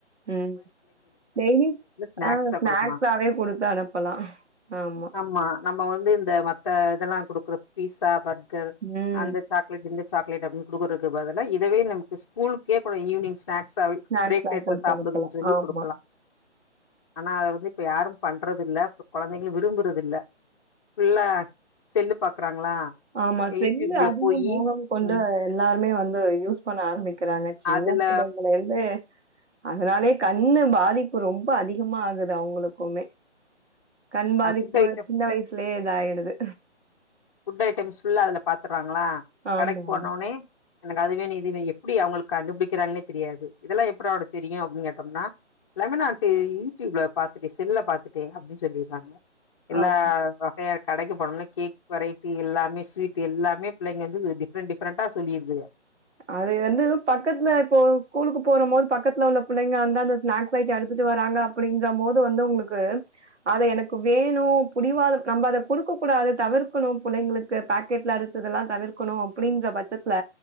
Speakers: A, on the right; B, on the left.
A: ம் டெய்லி
B: ஸ்நாக்ஸா
A: ஆஹ் ஸ்நாக்ஸாவே
B: குடுக்கலா
A: குடுத்த அனுப்பல்லா ஆமா
B: ஆமா நம்ம வந்து இந்த மத்த இதெல்லா குடுக்குற பீஸா பர்கர்
A: ம்.
B: அந்த சாக்லேட் இந்த சாக்லேட அப்டின்னு குடுகுறதுக்கு பதில்ல இதுவே நமக்கு ஸ்கூலுக்கே கூட ஈவினிங்ஸ்நாக்ஸ் <unintelligible>
A: ஸ்நாக்ஸா
B: பிரேக் டயத்துல
A: குடுத்து
B: சாப்டுகனு
A: அனுப்பலாம்.
B: சொல்லி
A: ஆமா.
B: குடுக்கலா ஆனா அத வந்து இப்ப யாரு பண்றது இல்லா இப்ப குழந்தைங்க விரும்புறது இல்லா ஃபுல்லா செல்லு பாக்குறாங்களா
A: ஆமா செல்ல
B: யூடியூப்ல
A: அதிகம்
B: போயி
A: மோகம் கொண்டு
B: ம்
A: எல்லாருமே வந்து யூஸ் பண்ண ஆரம்பிக்கிறாங்க சின்ன
B: அதுல
A: பிள்ளைங்கல்ல இந்து அதனாலயே கண்ணு பாதிப்பு ரொம்ப அதிகமா ஆகுது அவங்களுக்குமே கண் பாதிப்பு
B: அ ஃபுட் ஐட்டம்ஸ்
A: சின்ன வயசுலயே இத ஆயிடுது
B: ஃபுட் ஐட்டம்ஸ் ஃபுல்லா அதுல பாத்தற்றாங்களா
A: ஆமாமா.
B: கடைக் போனோனே எனக் அதுவேணு இதுவேயு எப்டி அவங்களுக்கு கண்டுபிடிக்கிறாங்னே தெரியாது இதெல்லா எப்றா உனக் தெரியு அப்டின் கேட்டோம்னா எல்லாமே நா டி யூடியூப்ல பாத்துட்டே செல்ல பாத்துட்டே அப்டின் சொல்லிற்றாங்க எல்லா
A: ஆமா.
B: வகைய கடைக்கு போனோம்னா கேக் வெரைட்டி எல்லாமே ஸ்வீட் எல்லாமே பிள்ளைங்க வந்து டிஃப்ரெண்ட் டிஃப்ரெண்ட்டா சொல்லிர்துக
A: அது வந்து பக்கத்துல இப்போ ஸ்கூலுக்கு போற மோது பக்கத்துல உள்ள புள்ளைங்க வந்தா அந்த ஸ்நாக்ஸ் ஐட்ட எடுத்துட்டு வராங்க அப்டிங்க மோது வந்து உங்களுக்கு அத எனக்கு வேணு புடிவாத நம்ம அத குடுக்க கூடாது தவிர்க்கணு புள்ளைங்களுக் பேக்கெட்ல அடிச்சதெல்லா தவிர்கணு அப்டின்ற பட்சத்துல